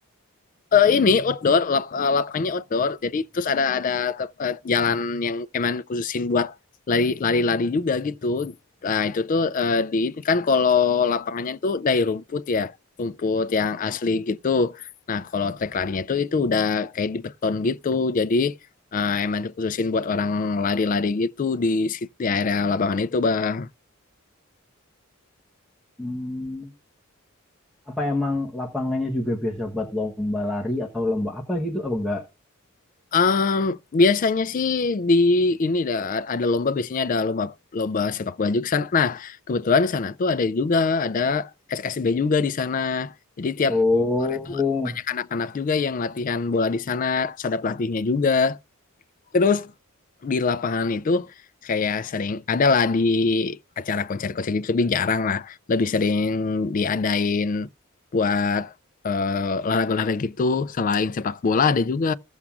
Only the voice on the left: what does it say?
Eh, ini outdoor, lap, eh, lapangannya outdoor. Jadi terus ada ada tep- eh, jalan yang emang khususin buat lari lari-lari juga gitu. Nah, itu tuh eh, di ini kan kalau lapangannya tuh dari rumput ya, rumput yang asli gitu. Nah, kalau trek larinya tuh itu udah kayak di beton gitu. Jadi eh, emang dikhususin buat orang lari-lari gitu di sit- di area lapangan itu, Bang.
Em, biasanya sih di ini dah ada lomba biasanya ada lomba lomba sepak bola juga di sana. Nah, kebetulan di sana tuh ada juga ada SSB juga di sana. Jadi tiap
sore itu banyak anak-anak juga yang latihan bola di sana, terus ada pelatihnya juga. Terus di lapangan itu kayak sering adalah di acara konser-konser gitu tapi jarang lah. Lebih sering diadain buat eh, olahraga-olahraga gitu selain sepak bola ada juga